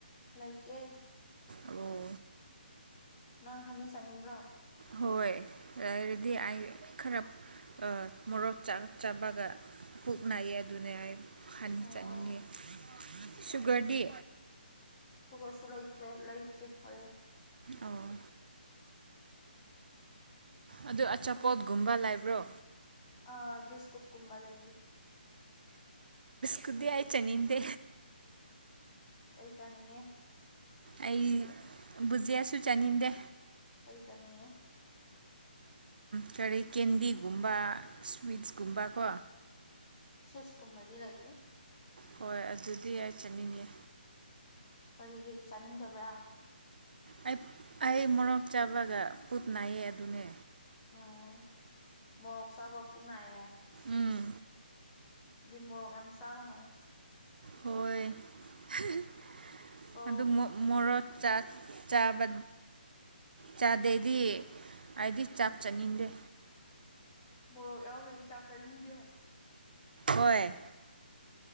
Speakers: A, on the left; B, on the right.
A: ꯂꯥꯏꯇꯦ
B: ꯑꯣ
A: ꯅꯪ ꯍꯥꯏꯅꯤ ꯆꯥꯅꯤꯡꯕ꯭ꯔꯣ
B: ꯍꯣꯏꯗꯤ ꯈꯔ ꯃꯣꯔꯣꯛꯥꯛ ꯆꯥꯄꯒ ꯄꯨꯛꯅꯩ ꯑꯗꯨꯅꯦ ꯑꯩ ꯈꯅꯤ
A: ꯑꯣ
B: ꯆꯅꯤꯡꯉꯦ ꯁꯨꯒꯔꯗꯤ
A: ꯁ ꯀꯩꯁꯨ ꯂꯩꯇ꯭ꯔꯦ ꯂꯩꯁꯦ ꯍꯣꯔꯦꯟ
B: ꯑꯣ ꯑꯗꯨ ꯑꯆꯥꯄꯣꯠꯒꯨꯝꯕ ꯂꯩꯕ꯭ꯔꯣ
A: ꯑꯥ ꯕꯤꯁꯀꯨꯠ ꯀꯨꯝꯕ ꯂꯩꯌꯦ
B: ꯈꯨꯗ ꯌꯥ ꯆꯅꯤꯗ
A: ꯀꯩꯁꯥꯅꯤꯌꯦ
B: ꯑꯩ ꯕꯨꯖꯌꯥꯁꯨ ꯆꯥꯅꯤꯡꯗꯦ
A: ꯆꯉ
B: ꯀꯔꯔꯤ ꯀꯦꯟꯗꯤꯒꯨꯝꯕ ꯁ꯭ꯋꯤꯠꯁꯒꯨꯝꯕ ꯀꯣ
A: ꯁꯨꯁꯀꯨꯝꯕꯗꯤ ꯂꯥꯏꯇ
B: ꯍꯣꯏ ꯑꯗꯨꯗꯤ ꯑꯩ ꯆꯠꯅꯤꯡꯉꯦ
A: ꯀꯔꯤ ꯀꯔꯤ ꯆꯥꯅꯤꯡꯗꯕ꯭ꯔꯥ
B: ꯑꯩ ꯑꯩ ꯃꯣꯔꯣꯛ ꯆꯥꯕꯒ ꯄꯠ ꯅꯥꯏꯌꯦ ꯑꯗꯨꯅꯦ
A: ꯑꯣ ꯃ‌ꯣꯔ‌ꯣꯛ ꯆꯥꯕ ꯄꯨꯛ ꯅꯥꯏꯌ‌ꯦ ꯃꯗꯨꯗꯤ
B: ꯎꯝ
A: ꯃ‌ꯣꯔ‌ꯣꯛ ꯌꯥꯝ ꯆꯥꯒꯅ‌ꯣ
B: ꯍꯣꯏ ꯍ‌ꯦ ꯍ‌ꯦ
A: ꯀꯣ
B: ꯑꯗꯨ ꯃꯣ ꯃ‌ꯣꯔ‌ꯣꯛ ꯆꯥ ꯆꯥꯕ ꯆꯥꯗꯦꯗꯤ ꯍꯥꯏꯗꯤ ꯆꯥꯛ ꯆꯥꯅꯤꯡꯗꯦ
A: ꯃꯣꯔꯣꯛ ꯌꯥꯎꯗꯔꯗꯤ ꯆꯥꯛ ꯆꯥꯅꯤꯡꯗꯦ
B: ꯍꯣꯏ